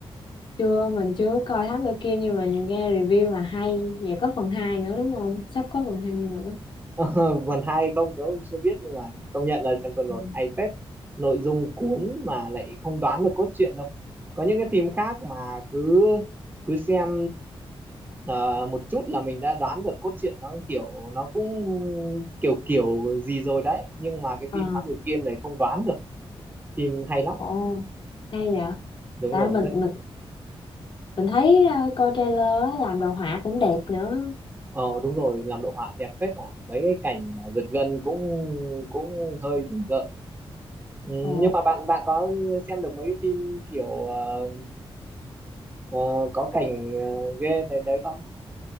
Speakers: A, on the left; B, on the right.
A: chưa mình chưa có coi Thám Tử Kiên nhưng mà mình nghe review là hay và có phần 2 nữa đúng không sắp có phần hai nữa
B: <laughs> Ờ, phần hai không tớ cũng chưa biết nhưng mà công nhận là xem phần một
A: Ừ.
B: hay phết nội dung cuốn mà lại không đoán được cốt truyện đâu có những cái phim khác mà cứ cứ xem ờ, một chút là mình đã đoán được cốt truyện nó kiểu nó cũng kiểu kiểu gì rồi đấy nhưng mà cái
A: ờ
B: phim Thám Tử Kiên này không đoán được phim hay lắm
A: ồ hay vậy
B: đúng
A: tại
B: rồi
A: mình
B: rất
A: mình mình thấy ờ, coi trailer á, làm đồ họa cũng đẹp nữa
B: Ờ đúng rồi, làm đồ họa đẹp phết mà. Mấy cái cảnh à, giật gân cũng cũng hơi rùng rợn. Ừ,
A: ồ
B: nhưng mà bạn bạn có xem được mấy cái phim kiểu ờ, ờ, có cảnh ờ, ghê đấy đấy không?